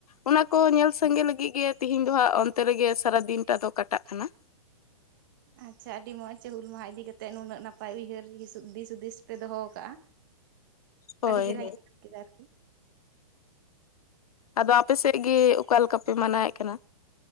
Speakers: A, on the left (about 80°); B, on the right (about 35°).
A: ᱚᱱᱟ ᱠᱚ ᱧᱮᱞ ᱥᱟᱸᱜᱮ ᱞᱟᱹᱜᱤᱫ ᱜᱮ ᱛᱮᱦᱮᱧ ᱫᱚ ᱦᱟᱸᱜ ᱚᱱᱛᱮ ᱨᱮᱜᱮ ᱥᱟᱨᱟᱫᱤᱱᱴᱟᱜ ᱫᱚ ᱠᱟᱴᱟᱜ ᱠᱟᱱᱟ᱾
B: ᱟᱪᱪᱷᱟ ᱟᱹᱰᱤ ᱢᱚᱸᱡᱽ ᱦᱩᱞ ᱢᱟᱦᱟ ᱤᱫᱤ ᱠᱟᱛᱮᱫ ᱱᱩᱱᱟᱹᱜ ᱱᱟᱯᱟᱭ ᱩᱭᱦᱟᱹᱨ ᱫᱤᱥ ᱦᱩᱫᱤᱥ ᱯᱮ ᱫᱚᱦᱚ ᱟᱠᱟᱫᱼᱟ
A: ᱦᱳᱭ
B: ᱟᱹᱰᱤ ᱪᱮᱦᱮᱨᱟᱧ ᱵᱩᱡᱷ ᱠᱮᱫᱟ ᱟᱨᱠᱤ
A: ᱟᱫᱚ ᱟᱯᱮᱥᱮᱫ ᱜᱮ ᱚᱠᱟ ᱞᱮᱠᱟ ᱯᱮ ᱢᱟᱱᱟᱣᱭᱮᱫ ᱠᱟᱱᱟ